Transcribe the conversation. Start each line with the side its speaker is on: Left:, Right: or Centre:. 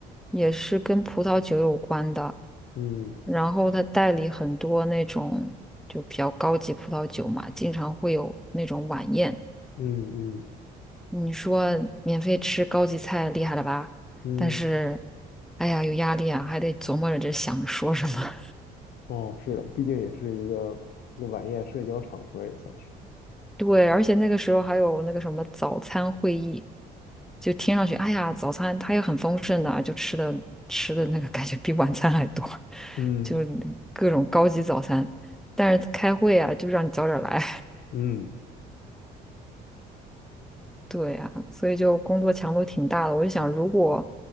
Centre: 也是跟葡萄酒有关的，
Left: 嗯
Centre: 然后他代理很多那种就比较高级葡萄酒嘛，经常会有那种晚宴。
Left: 嗯嗯
Centre: 你说免费吃高级菜，厉害了吧？
Left: 嗯
Centre: 但是，哎呀，有压力啊，还得琢磨着这想说什么。
Left: 哦，是的，毕竟也是一个一个晚宴社交场合，也算是。
Centre: <laughs> 对，而且那个时候还有那个什么早餐会议。就听上去，哎呀，早餐它也很丰盛的啊，就吃的吃的那个感觉比晚餐还多，<laughs>
Left: 嗯
Centre: 就各种高级早餐。但是开会啊，就让你早点来，
Left: 嗯，
Centre: <laughs> 对呀、所以就工作强度挺大的。我就想，如果